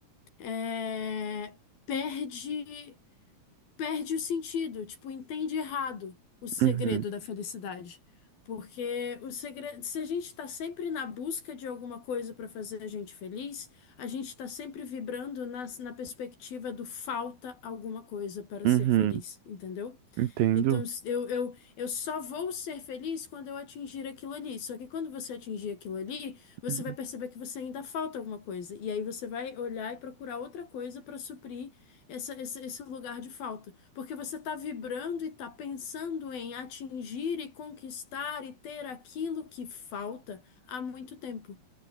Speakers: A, on the left; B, on the right.
A: é, perde perde o sentido, tipo, entende errado o segredo
B: Uhum.
A: da felicidade. Porque o segredo, se a gente está sempre na busca de alguma coisa para fazer a gente feliz, a gente está sempre vibrando na, na perspectiva do falta alguma coisa para
B: Uhum.
A: ser feliz, entendeu?
B: Entendo.
A: Então, eu, eu, eu só vou ser feliz quando eu atingir aquilo ali. Só que quando você atingir aquilo ali, você
B: Uhum.
A: vai perceber que você ainda falta alguma coisa. E aí você vai olhar e procurar outra coisa para suprir essa, esse, esse lugar de falta. Porque você está vibrando e está pensando em atingir e conquistar e ter aquilo que falta há muito tempo.